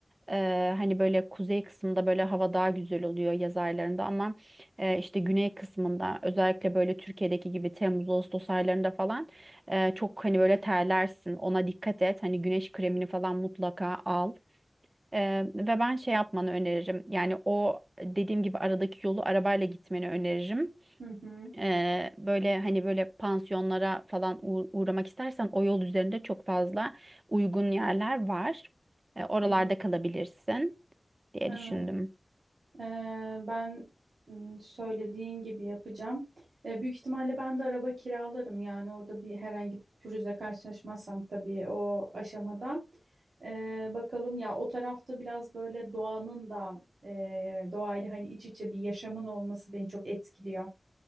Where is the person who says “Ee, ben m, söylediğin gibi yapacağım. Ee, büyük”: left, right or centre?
Right